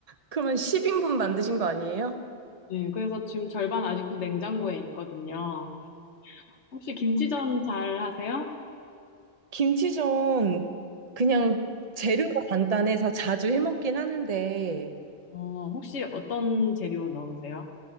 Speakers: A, on the right; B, on the left.
A: 그러면 10인분 만드신 거 아니에요?
B: 네, 그래서 지금 절반 아직도 냉장고에 있거든요. 혹시 김치전 잘 하세요?
A: 김치전 그냥 재료가 간단해서 자주 해 먹긴 하는데
B: 어, 혹시 어떤 재료 넣으세요?